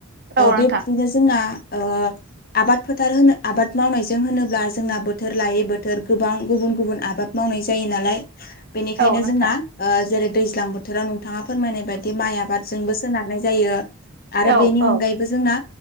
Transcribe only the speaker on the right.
औ नोंथां
औ नोंथां
औ
औ